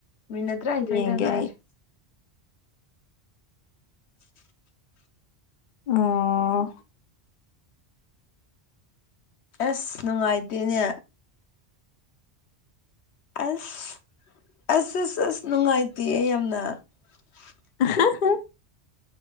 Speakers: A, on the left; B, on the left.
A: ꯃꯤꯅꯠ ꯇ꯭ꯔꯥꯏꯟꯊꯣꯏꯗꯉꯥꯏꯔꯦ
B: ꯌꯦꯡꯒꯦ ꯑꯩ
A: INAUDIBLE
B: ꯑꯥꯑꯣ
A: ꯑꯥꯁ ꯅꯨꯡꯉꯥꯏꯇꯦꯅꯦ ꯑꯥꯁ ꯑꯥꯁ ꯑꯁꯆ ꯑꯁꯆ ꯅꯨꯡꯉꯥꯏꯇꯦꯌꯦ ꯌꯥꯝꯅ
B: ꯑꯥꯍꯥ ꯍꯥ